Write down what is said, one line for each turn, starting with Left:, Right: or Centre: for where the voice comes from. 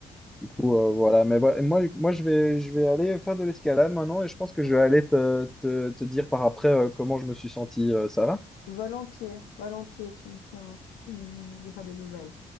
Centre: du coup, euh, voilà. Mais voilà, moi, moi je vais, je vais aller faire de l'escalade maintenant et je pense que je vais aller te, te, te dire par après euh, comment je me suis senti. euh, ça va?
Left: Volontiers, volontiers, tu me tiens, tu me diras des nouvelles.